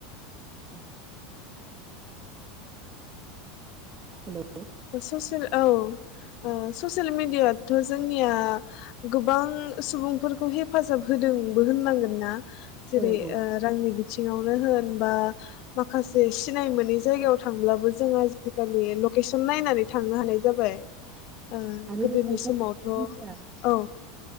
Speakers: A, on the right; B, on the left.
A: उ हेलौ।
B: ससियेल। औ। ओ ससियेल मिडिया। थ जोंनिया। गोबां सुबुं। फोरखौ हेफाजाब होदोंबो होननांगोन ना। जेरै
A: औ औ
B: ओ रांनि बि सिङावनो होन बा। माखासे सिनाय मोनि। जायगायाव थांब्लाबो जों आजि कालि लकेसन। सम नायनानै थांनो हानाय जाबाय ओ
A: आरो
B: गोदोनि
A: खायफा
B: समावथ'
A: सुबुंफोरा
B: औ।